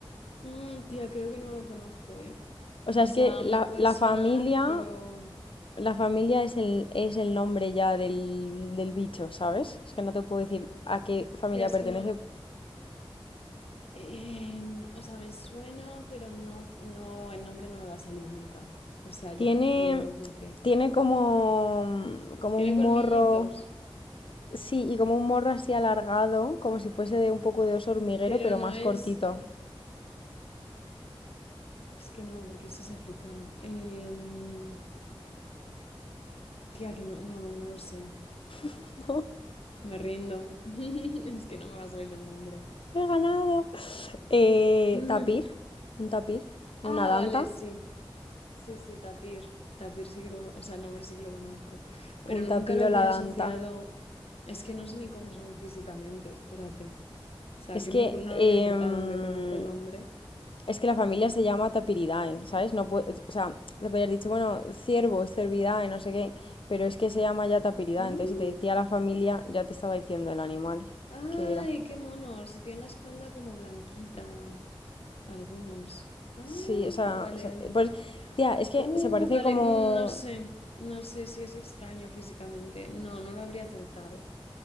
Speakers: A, on the left; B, on the left.
A: Mm, tía, creo que no lo conozco, ¿eh?
B: O
A: O
B: sea, es
A: sea,
B: que la,
A: me puede
B: la
A: sonar,
B: familia,
A: pero...
B: la familia es el, es el nombre ya del, del bicho, ¿sabes? Es que no te puedo decir a qué familia
A: Tía, es
B: pertenece.
A: que no, Em, o sea, me suena, pero no, no, el nombre no me va a salir nunca. O sea, ya,
B: Tiene,
A: dímelo porque.
B: tiene como, como
A: Tiene
B: un
A: colmillitos,
B: morro, sí, y como un morro así alargado, como si fuese de un poco de oso hormiguero,
A: pero
B: pero
A: no
B: más
A: es.
B: cortito.
A: eh, Es que no, porque ese es africano. Em, tía, que no, no, no lo sé.
B: <laughs> ¡No!
A: Me rindo. <laughs> Es que no me va a salir el nombre.
B: ¡He ganado! Eh,
A: <laughs>
B: tapir, un tapir, una
A: Ah,
B: danta,
A: vale, sí. Sí, sí, tapir. Tapir sí que lo, o sea, el nombre sí que lo conozco. Pero
B: un
A: nunca
B: tapir
A: lo habría
B: o la
A: asociado.
B: danta.
A: Es que no sé ni cómo son físicamente, espérate. O sea,
B: Es
A: que
B: que
A: nunca- no,
B: em,
A: lo habría acertado, aunque conozco el nombre.
B: Es que la familia se llama Tapiridae, ¿sabes? No puede, o sea, te podrías dicho, bueno, ciervo, cervidae, no sé qué, pero es que se llama ya Tapiridae,
A: Mm,
B: entonces si te decía la familia, ya te estaba diciendo el animal
A: Ay,
B: que era.
A: qué monos. Y tiene la espalda como blanquita. Algunos. Ah,
B: Sí, o sea,
A: vale,
B: so-
A: vale.
B: pues, tía, es que
A: Uh,
B: se parece
A: vale.
B: como,
A: mm, no sé. No sé si es extraño físicamente. No, no lo habría acertado.